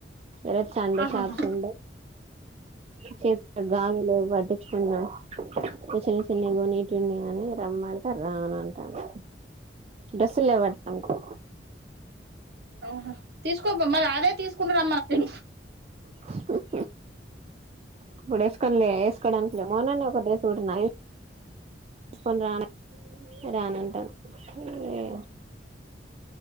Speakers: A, on the right (about 35°); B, on the right (about 65°).
A: రేపు సండే
B: ఆహాహా
A: షాప్స్ ఉండయ్. చెప్కి గాజులు పట్టించుకున్నాం చిన్న చిన్నయ్ కొనేటివి ఉన్నాయ్. అని రమ్మంటే రాన్ అంటాంది. డ్రెస్సులు లేవంట అవకు
B: హాహ్ తీసుకో పోమన్ అదే తీసుకో రమ్మన్ పేగింగ్.
A: <unintelligible> ఇప్పుడు ఏసుకొన్లే ఏసుకోవడానికి లేమోన్నన్ ఒక డ్రెస్ గుడున్నాయ్ ఏస్కోన్ రానే రానటుంద్ ఈ ఏ